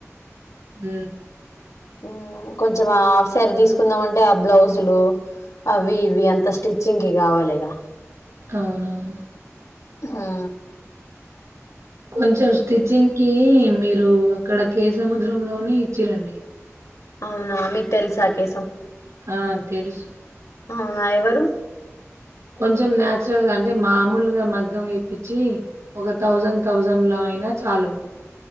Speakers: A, on the right; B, on the left.
A: ఊ
B: ఊ కొంచెం ఆ ఆఫ్సారి తీసుకుందాం అంటే ఆ బ్లౌజులు అవి ఇవి అంత స్విచ్చింగ్ కి కావాలిగా
A: అవునవును.
B: అహా
A: కొంచెం స్టిచ్చింగ్ కి మీరు అక్కడ కే సముద్రం లోనే ఇచ్చిరండి
B: అవునా మీకు తెలిసాకే
A: ఆ తెలుసు
B: అవునా ఎవరు
A: కొంచెం నాచురల్ గా అంటే మామూలుగా మగ్గం వేపిచ్చి ఒగ థౌజండ్ థౌసండ్ లో అయినా చాలు